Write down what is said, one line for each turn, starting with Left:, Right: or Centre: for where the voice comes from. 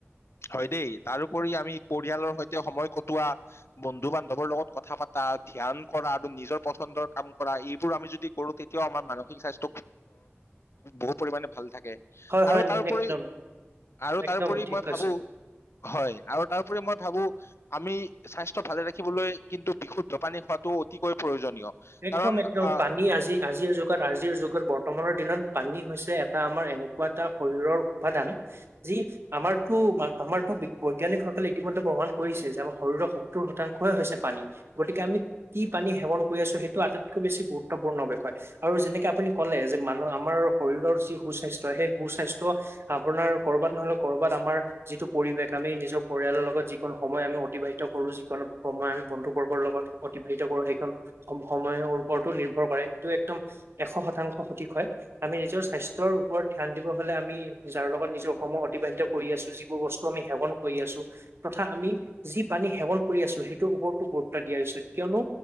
Left: হয় দেই তাৰোপৰি আমি পৰিয়ালৰ সৈতে সময় কটোৱা বন্ধু বান্ধৱৰ লগত কথা পাতা ধ্যান কৰা আৰু নিজৰ পচন্দৰ কাম কৰা এইবোৰ আমি যদি কৰো তেতিয়াও আমাৰ মানসিক স্বাস্থ্য বহু পৰিমমানে ভাল থাকে আৰু
Right: হয় হয়
Left: তাৰ ওপৰি
Right: একদম
Left: আৰু তাৰ
Right: একদম
Left: ওপৰি
Right: ঠিক
Left: মই
Right: কৈছে
Left: ভাবো হয় আৰু তাৰপৰি মই ভাবো আমি স্বাস্থ্য ভালে ৰাখিবলৈ কিন্তু বিশুদ্ধপানী খোৱাতটো অতিকৈ প্ৰয়োজনীয়
Right: একদম
Left: কাৰণ
Right: একদম পানী আজি আজিৰ যুগত আজিৰ যুগত বৰ্তমানৰ দিনত পানী হৈছে এটা আমাৰ এনেকুৱা এটা শৰীৰৰ উপাদান যি আমাৰতো আমাৰতো বৈজ্ঞানিক সকলে ইতিমধ্যে প্ৰমাণ কৰিছে যে আমাৰ শৰীৰৰ সত্তৰ শতাংশে হৈছে পানী গতিকে আমি কি পানী সেৱন কৰি আছো সেই টো আটাইতকৈ বেছি গুৰুত্বপূৰ্ণ বিষয় আৰু যেনেকে আপুনি কলে যে মানুহ আমাৰ শৰীৰৰ যি সু স্বাস্থ্য সেই সুস্বাস্থ্য আপোনাৰ কৰ'ৰবাত নহলেও কৰ'ৰবাত আমাৰ যিটো পৰিৱেশ আমি নিজৰ পৰিয়ালৰ ল যিখন সময় আমি অতিবাহিত কৰো, যিকন সময় আমি বন্ধু বৰ্গৰ লগত অতিবাহিত কৰো সেই <unintelligible> ওৰ্পতো নিৰ্ভৰ কৰে সেইটো একদম এশ শতাংশ সঠিক হয়, আমি নিজৰ স্বাস্থ্যৰ ওপৰত ধ্যান দিব হ'লে আমি যাৰ লগত নি সম অতিবাহিত কৰি আছো, যিবোৰ বস্তু আমি সেৱন কৰি আছো, তথা আমি যি পানী সেৱন কৰি আছো, সেইটোৰ ওপৰতো গুৰুত্ব দিয়া উচিত, কিয়নো